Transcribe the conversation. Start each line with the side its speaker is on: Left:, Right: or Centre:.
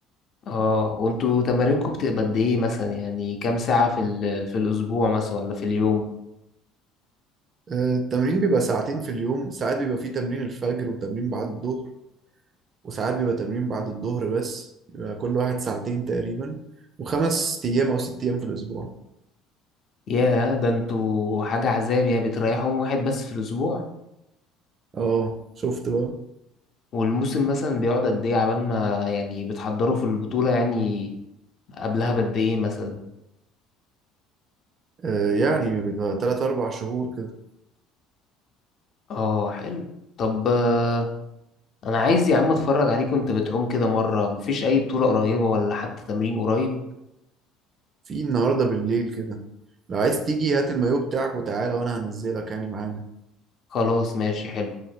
Left: اه وانتوا تمارينكم بتبقى قد ايه مثلا يعني كام ساعة في ال... في الاسبوع مثلا ولا في اليوم
Right: آه، التمرين بيبقى ساعتين في اليوم ساعات بيبقى فيه تمرين الفجر وتمرين بعد الظهر وساعات بيبقى تمرين بعد الظهر بس بيبقى كل واحد ساعتين تقريبا وخمس ايام او ست ايام في الاسبوع
Left: ياه ده انتوا حاجة عذاب يا بتريحوا يوم واحد بس في الاسبوع
Right: اه شفت بقى
Left: والموسم مثلا بيقعد قد ايه عبال ما يعني بتحضروا في البطولة يعني قبلها بقد ايه مثلا
Right: آه، يعني بيبقى تلات اربع شهور كده
Left: اه حلو طب آه، انا عايز يا عم اتفرج عليك وانت بتعوم كده مرة مفيش اي بطولة قريبة ولا حتى تمرين قريب
Right: في النهارده بالليل كده لو عايز تيجي هات المايو بتاعك وتعالى وانا هنزلك يعني معانا
Left: خلاص ماشي حلو